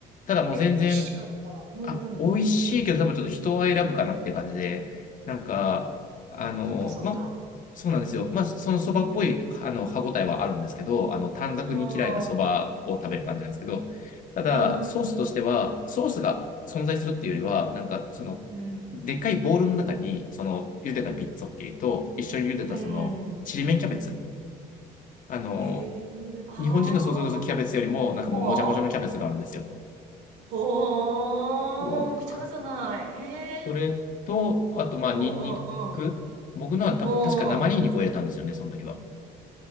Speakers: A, on the left (about 50°); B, on the right (about 85°).
A: ただもう全然
B: え、美味しかった。うんうんうん。
A: あ、美味しいけど多分ちょっと人は選ぶかなって感じで、なんか、あの、
B: そっかそっか。
A: ま、そうなんですよ。まあ、そのそばっぽい、あの、歯ごたえはあるんですけど、あの、短冊に切られたそばを食べる感じなんですけど、
B: ああ、あ
A: ただ、
B: あ、
A: ソースとしては、ソースが存在するっていうよりは、なんか、その、
B: うん。
A: でっかいボウルの中に、その、茹でたピッツォッケリと、一緒に茹でたその、
B: うん。
A: ちりめんキャベツ。あの、
B: へえ、ああ、
A: 日本人の想像するキャベツよりも、なんかもうもじゃもじゃのキャベツがあるんですよ。
B: ほう、ほう、
A: をか
B: 見たことない。へえ、
A: それと、あと、まあ、
B: うんうんうん、
A: ニンニク。僕のは多分、
B: うん。
A: 確か生ニンニクを入れたんですよね、
B: うん
A: その時は。